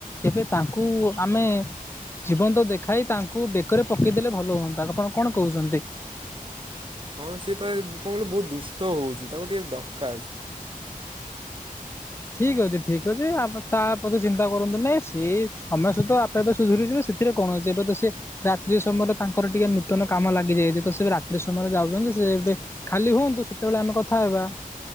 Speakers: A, on the left; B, on the right.
A: କେବେ ତାଙ୍କୁ ଆମେ ଜୀବନ୍ତ ଦେଖାଇ ତାଙ୍କୁ ବେକରେ ପକେଇଦେଲେ ଭଲ ହୁଅନ୍ତା ଆପଣ କଣ କହୁଛନ୍ତି?
B: ହଁ ସେ ପା ଏ କଁ ଲ ବହୁତ ଦୁଷ୍ଟ ହଉଚି ତାକୁ ଟିକେ ଦକାର।
A: ଠିକ୍ ଅଛି ଠିକ୍ ଅଛି ଆପ୍ ତାପଛେ ଚିନ୍ତା କରନ୍ତୁ ନେଇ ସିଏ ସମୟ ସ ତ ଆପେ ଆପେ ସୁଧୁରିଯିବେ ସେଥିରେ କଣ ଅଛି ଏବେ ତ ସେ ରାତ୍ରି ସମୟରେ ତାଙ୍କର ଟିକେ ନୂତନ କାମ ଲାଗି ଯାଇଚି ତ ସେ ଏବେ ରାତ୍ରି ସମୟରେ ଯାଉଚନ୍ତି ସେ ଏବେ ଖାଲି ହୁଅନ୍ତୁ ସେତୋଳେ ଆମେ କଥା ହେବା।